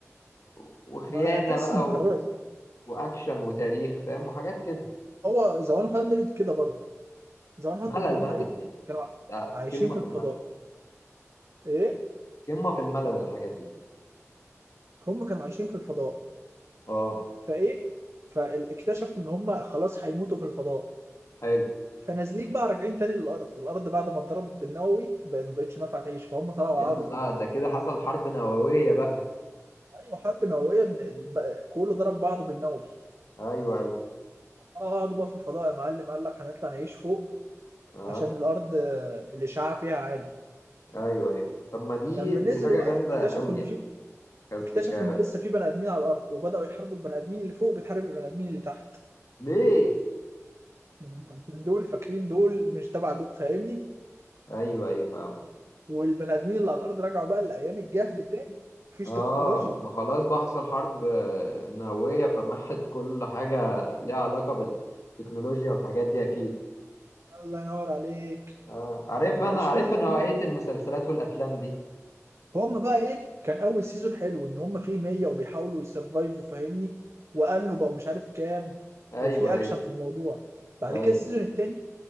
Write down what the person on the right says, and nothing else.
ما قصه
مكرره
هو ذا 100 كده برضه ذا 100
هم
ايه
كانوا
عايشين
في
الفضاء
ايه
هم كانوا عايشين في الفضاء
فايه فاكتشفوا ان هم خلاص هيموتوا في الفضاء
فنازلين بقى راجعين تاني للارض الارض بعد ما اتضربت بالنووي بقت- ما بقتش نافعه تعيش فهم طلعوا
قعدوا في الفضاء
ايوه حرب نوويه إن الب- كله ضرب بعضه بالنووي
هقعدوا بقى في الفضاء يا معلم قال لك هنطلع نعيش فوق
عشان الارض آه، الاشعاع فيها عالي
لما
نزلوا
بقى
اكتشفوا
ان
في
اكتشفوا
ان لسه في بني ادمين على الارض وبداوا يحاربوا البني ادمين اللي فوق بتحارب البني ادمين اللي تحت
ما هم عشان دول فاكرين دول مش تبع دول فاهمني
والبني ادمين اللي على الارض رجعوا بقى لايام الجهل تاني مفيش
تكنولوجيا
الله ينور عليك
ما بقاش
فيه
تكنولوجيا
فهم بقى ايه كان اول سيزون حلو ان هم فيه 100 وبيحاولوا يسرفايفوا فاهمني وقالوا بقوا مش عارف كام
وفي اكشن
في الموضوع بعد
كده السيزون التاني